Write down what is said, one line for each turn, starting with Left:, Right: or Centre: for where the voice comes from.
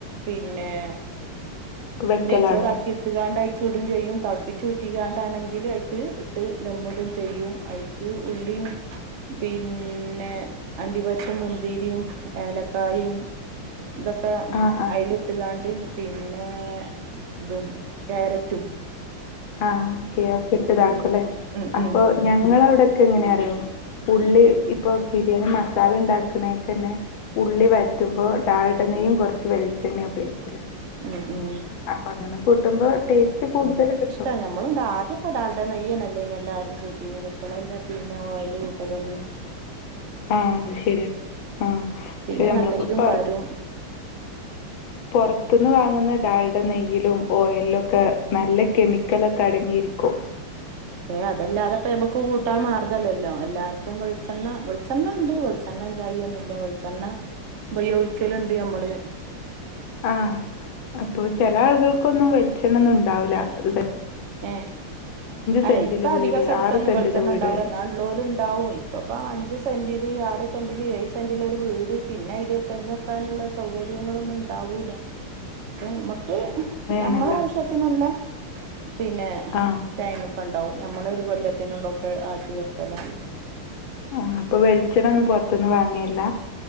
Right: പിന്നെ
Left: വെക്കലാണോ
Right: നെയ്ച്ചോറ് കീർത്തുകാണ്ട്ഐക്ക ഇടും ചെയ്യും തളപ്പിച്ച്റ്റി കാണ്ടാണെങ്കിൽ അഐക്ക് ഇട്ട് നമ്മിടും ചെയ്യും അയി ത് ഉള്ളിയും പിന്നെ അണ്ടിപരിപ്പും മുന്തിരിയും ഏലക്കായും ഇതൊക്കെ
Left: ആഹ് ആഹ്
Right: അയിലിട്ട്കാണ്ട് പിന്നെ ഇതും ക്യാരറ്റും
Left: ആ ഓക്കെ അക്കെ ഇട്ട്താക്കും അല്ലേ
Right: ഉം
Left: അപ്പൊ
Right: ഉം
Left: ഞങ്ങളവിടെ ക്കെ എങ്ങന അറിയോ ഉള്ളി
Right: ഉം
Left: ഇപ്പൊ ബിരിയാണി മസാല ഉണ്ടാക്കണേക്കെ ന്നെ ഉള്ളി വഴ് റ്റുമ്പോ ഡാൽഡെണ്ണയും കുറച്ച് വെളിച്ചെണ്ണയും ഉപയോഗിക്കല്ലേ
Right: ഉം ഉം
Left: അപ്പൊ അങ്ങനെ കൂട്ടുമ്പോ ടേസ്റ്റ് കൂടുതല് കി
Right: ആ ഞമ്മളു ണ്ടാ ആദ്യക്കെ ഡാൾഡ നെയ്യന്നെല്ലേ ഇ എല്ലാരും കൂട്ടിനീ ഇപ്പളെല്ലേ പിന്നെ ഓയില് കൂട്ടല് ഒടങ്ങിയെ
Left: ആഹ് അത് ശരി ആഹ് പക്ഷെ
Right: പിന്നെ
Left: നമ്മളിപ്പോ
Right: നല്ലരിക്കും
Left: പൊറ
Right: പാരും
Left: പൊറത്തുന്ന് വാങ്ങുന്ന ഡാളുടെ നെയ്യയിലും ഓയലിലൊക്കെ നല്ല കെമിക്കലൊക്കെ അടങ്ങിയിരിക്കും
Right: ഏ അതല്ലാതെ പ്പ ഞബക്ക് കൂട്ടാൻ മാർഗല്ലല്ലോ എല്ലാർക്കും വെളെണ്ണ വെണ്ണ ഉണ്ട് ച്ചെണ്ണ ഇല്ലായി ഒന്നില്ല വെളിച്ചെണ്ണ ബയോഗിക്കലുണ്ട് നമ്മള്
Left: ആഹ് അപ്പൊ ചെല ആളുകൾക്കൊന്നും വെളിച്ചെണ്ണ ഒന്നും ഉണ്ടാവില്ല അതെ
Right: ഏ അല്ല
Left: സെന്റില്
Right: ഇപ്പ
Left: വീട്
Right: അധിക സ്ഥലത്തൊന്നും
Left: ആറ് സെന്റില്
Right: വെളിച്ചെണ്ണ
Left: വീട്
Right: ഉണ്ടാവില്ല എന്നാ ള്ളോരുണ്ടാവും ഇപ്പപ്പോ അഞ്ച് സെന്റിില് ആറ് സെന്റില് ഏഴ് സെന്റില് ഒരു വീട് പിന്നെ അതില് പ്പ തെങ്ങക്കാനുള്ള സൗകര്യങ്ങളൊന്നും ഉണ്ടാവൂല പക്ഷെ നമ്മുക്ക് നമ്മളെ
Left: ആണല്ലേ
Right: ആവശ്യത്തിനുള്ള പിന്നെ
Left: ആ
Right: തേങ്ങക്കെ ഉണ്ടാവും നമ്മളൊ ഒരു കൊല്ലത്തിനുള്ളൊക്കെ ആക്കി വെക്കല
Left: ആഹ് അപ്പൊ വെളിച്ചെണ്ണ ഒന്നും പുറത്തൊന്ന് വാങ്ങിയല്ല